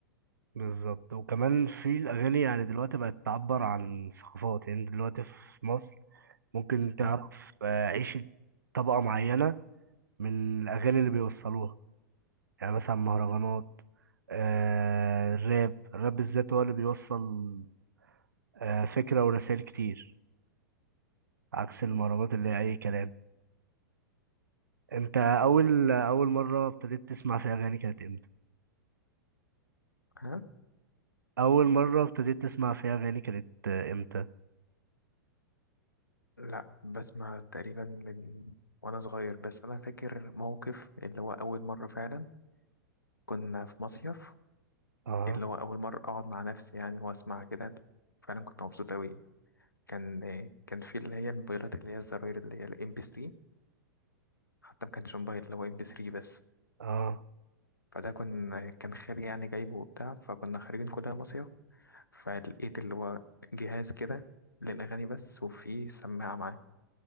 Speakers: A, on the right (about 75°); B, on the left (about 80°).
A: بالظبط وكمان في الأغاني يعني دلوقتي بقت تعبر عن ثقافات يعني دلوقتي في مصر ممكن تعرف
B: مم.
A: آه، عيشة طبقة معينة من الأغاني اللي بيوصلوها يعني مثلا مهرجانات آه، الراب الراب بالذات هو اللي بيوصل آه، فكرة ورسائل كتير عكس المهرجانات اللي هي أي كلام أنت أول أول مرة ابتديت تسمع فيها أغاني كانت إمتى؟
B: ها
A: أول مرة ابتديت تسمع فيها أغاني كانت آه، إمتى؟
B: لا بسمع تقريبا من وأنا صغير بس أنا فاكر موقف اللي هو أول مرة فعلا كنا في مصيف
A: أه
B: اللي هو أول مرة أقعد مع نفسي يعني وأسمع كده فعلا كنت مبسوط أوي كان كان في اللي هي الموبايلات اللي هي الزراير اللي هي الام بي 3 حتى ما كانش موبايل اللي هو ام بي 3 بس
A: أه
B: فده كان كان خالي يعني جايبه وبتاع فكنا خارجين كلنا مصيف فلقيت اللي هو جهاز كده للأغاني بس وفيه سماعة معاه